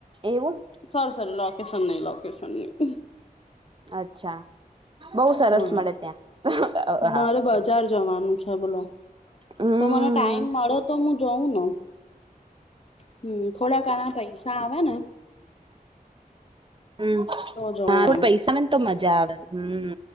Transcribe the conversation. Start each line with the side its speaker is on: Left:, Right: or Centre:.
Right: એવું
Left: સારું સારું લોકેશન નહી લોકેશન નહી
Right: અચ્છા બહુ સરસ
Left: હા
Right: મળે ત્યાં
Left: મારે
Right: હા
Left: બજાર જવાનું છે બોલો
Right: હમ
Left: પણ મને ટાઈમ મળે તો હું જઉં ને હમ થોડા ઘણા પૈસા આવે ને
Right: હમ
Left: તો જવું
Right: હા
Left: આમ
Right: પૈસા ને તો મજા આવે હમ